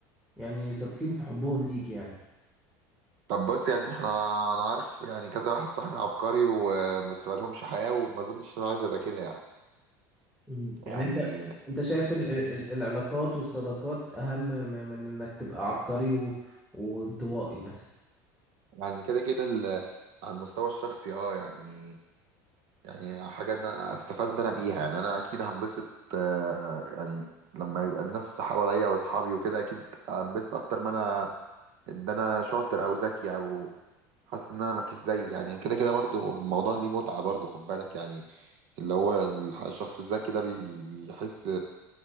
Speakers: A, in the centre; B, on the right.
A: يعني صادقين في حبهم ليك يعني
B: طب بص يعني احنا انا عارف يعني كذا واحد صاحبي عبقري وبس ما لهمش حياة وما اظنش ان انا عايز ابقى كده يعني
A: مم. يعني
B: يعني
A: انت انت شايف ال... ال... العلاقات والصداقات اهم م- من انك تبقى عبقري و... وانطوائي مثلا
B: يعني كده كده ال- على المستوى الشخصي اه يعني يعني حاجة انا استفدت انا بيها يعني انا اكيد هنبسط آه، يعني لما يبقى الناس حواليا واصحابي وكده اكيد هنبسط اكتر ما انا ان انا شاطر او ذكي او حاسس ان انا مفيش زي يعني كده كده برضو الموضوع ليه متعة برضو خد بالك يعني اللي هو الح- الشخص الذكي ده بي- بيحس